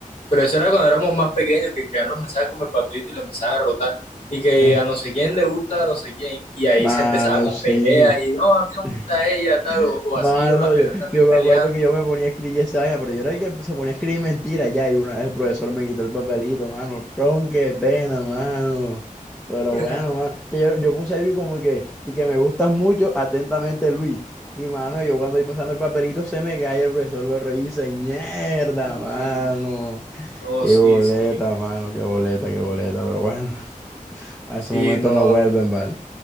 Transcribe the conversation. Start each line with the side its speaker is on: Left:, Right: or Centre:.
Left: Pero eso era cuando éramos más pequeños, que creaban los mensajes como el papelito y lo empezaban a rotar. Y que
Centre: eh,
Left: a no sé quién le gusta, a no sé quién. Y ahí
Centre: mano,
Left: se empezaban las
Centre: sí.
Left: peleas. Y no, a mí no
Centre: <laughs>
Left: me gusta ella, tal, o, o
Centre: Mano,
Left: así, o las peleas
Centre: yo,
Left: también
Centre: yo me
Left: peleando.
Centre: acuerdo que yo me ponía a escribir esa vaina, pero yo era el que se ponía a escribir mentiras ya, y una vez el profesor me quitó el papelito, mano, tron, qué pena, mano. Pero
Left: <laughs>
Centre: bueno, mano, que yo, yo puse algo como que, y que me gustas mucho, atentamente, Luis. Y mano, yo cuando voy pasando el papelito se me cae, el profesor lo revisa, y mierda,
Left: Uy,
Centre: mano.
Left: no,
Centre: Qué
Left: sí,
Centre: boleta,
Left: sí,
Centre: mano, qué boleta, qué boleta, pero bueno, <laughs> a esos
Left: sí,
Centre: momentos
Left: no,
Centre: no vuelven, ¿vale?